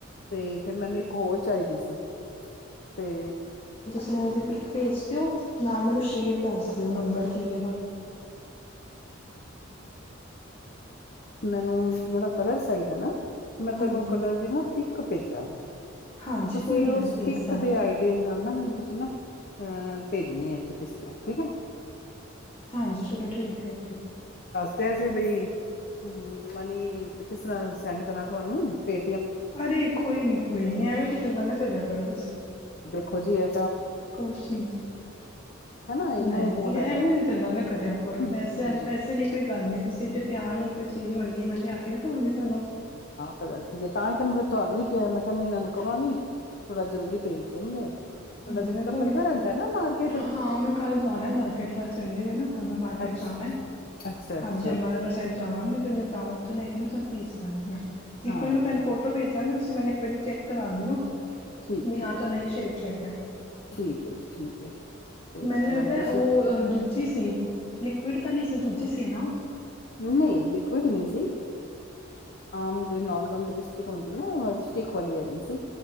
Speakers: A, on the left (about 50°); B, on the left (about 30°).
A: ਤੇ ਫਿਰ ਮੈਨੂੰ ਇੱਕ ਹੋਰ ਚਾਹੀਦੀ ਸੀ ਤੇ
B: ਅਤੇ ਉਹਦੇ ਪਿੱਿਕ ਭੇਜ ਦਿਓ ਨਾਲ ਮੈਨੂੰ ਸ਼ੇਡ ਦੱਸ ਦਿਓ ਨੰਬਰ ਕੀ ਹੈ ਉਹਦਾ
A: ਮੈਨੂੰ ਜਿਹੜਾ ਕਲਰ ਚਾਹੀਦਾ ਨਾ ਮੈਂ ਤੁਹਨੂੰ
B: ਹਾਂਜੀ
A: ਕਲਰ ਦੀ ਨਾ ਪ ਭੇਜਾਂਗੇ
B: ਹਾਂਜੀ
A: ਤੁਸੀਂ
B: ਕੋਈ ਨਹੀਂ
A: ਉਸਪਿਕ
B: ਮੈਨੂੰ ਭੇਜ ਦੇਣਾ
A: ਦੇ ਆਈਡੀ ਨਾਲ ਨਾ ਮੈਨੂੰ ਤੁਸੀਂ ਨਾ ਅਹ ਭੇਜਣੀ ਹੈ ਕਿਸਤ ਠੀਕ ਹੈ
B: ਹਾਂਜੀ ਚਲੋ ਠੀਕ ਹੈ ਓਕੇ
A: ਕਿਆਸ ਬਈ ਹਮ ਮਨੀ ਕਿਸ ਤਰ੍ਹਾਂ ਸੈਂਡ ਕਰਾਂ ਤੁਹਾਨੂੰ ਪੇ
B: ਅਰੇ ਕੋਈ ਨੀ ਕੋਈ ਨੀ ਐਵੇਂ ਦੀ ਗੱਲਾਂ ਨਾ ਕਰਿਆ ਕਰੋ ਤੁਸੀਂ
A: ਖੋ ਜੀਏ
B: ਕੁਛ ਨੀ
A: ਹਨਾ ਇੰਨਾ
B: ਨਹੀਂ
A: ਹੀ
B: ਨਹੀਂ
A: ਬਹੁਤ ਹੈਗਾ
B: ਐਵੇਂ ਦੀ ਗੱਲਾਂ ਨਾ ਕਰਿਆ ਕੋਲ ਪੈਸੇ
A: ਹਮ
B: ਵਾਲੇ ਪੈਸੇ ਲਈ ਕੋਈ ਗੱਲ ਨਹੀਂੀ ਤੁਸੀਂ ਇਡੇ ਪਿਆਰ ਨੂੰ ਚੀਜ਼ ਵੰਗੀ ਮਤਬ ਆ ਕੇ ਤਾਂ ਤੁਹਾਨੂੰ
A: ਚੱਲ ਠੀਕ ਹੈ ਤਾਂ ਹੀ ਤਾਂ ਮੈਂ ਤੁਹਾਨੂੰ ਵੀ ਕਿਹਾ ਮੈਂ ਕਹਦੀ ਇਹਨਾਂ ਨੂੰ ਕਹਾਂਗੀ ਥੋੜਾ ਜਲਦੀ ਭੇਜ ਦੇਣਗੇ ਥੋੜਾ
B: ਹਾਂਜੀ
A: ਚੱਕਰ
B: ਮੈਂ ਕੋਲ
A: ਲੱਗਦਾ ਰਹਿੰਦਾ ਨਾ ਮਾਰਕੀਟ
B: ਹਾਂ ਮੈਂ ਕੱਲ੍ਹ ਜਾਣਾ ਮਾਰਕੀਟ ਕੱਲ੍ਹ ਸੰਡੇ ਹੋ ਨਾ ਕੱਲ੍ਹ ਮੈਂ ਮਾਰਕੀਟ
A: ਅੱਛਾ
B: ਜਾਣਾ
A: ਅੱਛਾ ਅੱਛਾ
B: ਹਾਂਜੀ ਅੰਮਰਨਗਰ ਸਾਈਡ ਜਾਵਾਂਗੇ ਫਿਰ ਮੈਂ ਤਾਂ ਤੁ ਲੈਖ ਮੈਂਥਨ ਪੀਸ ਾਂ ਮ
A: ਹਾਂ
B: ਇੱਕ ਵਾਰੀ ਮੈਂ ਤੁਹਾਨੂੰ ਫੋਟੋ ਭੇਜ ਦਾਂਗੀ ਤੁਸੀਂ ਮੈਨੂੰ ਇੱਕ ਵਾਰੀ ਚੈੱਕ ਕਰਾ ਦਿਓ। <unintelligible>
A: ਠੀਕ ਠੀਕ
B: <unintelligible>
A: ਠੀਕ ਹੈ ਜੀ ਠੀਕ ਹੈ। ਤੇ
B: ਮੈਨੂੰ ਲੱਗਦਾ
A: ਤੁਸੀਂ
B: ਉਹਹ ਦੂਜੀ ਸੀ ਲਿਕਵਿਡ ਤਾਂ ਨਹੀਂ ਸੀ ਦੂਜੀ ਸੀ ਨਾ।
A: ਨਹੀਂ ਲਿਕੁਇਡ ਨਹੀਂ ਸੀ, ਆਮ ਜਿਹੇ ਨਾਰਮਲ ਲਿਪਸਟਿਕ ਹੁੰਦੀ ਨਾ ਸਟੀਕ ਵਾਲੀ ਹੈਗੀ ਸੀ।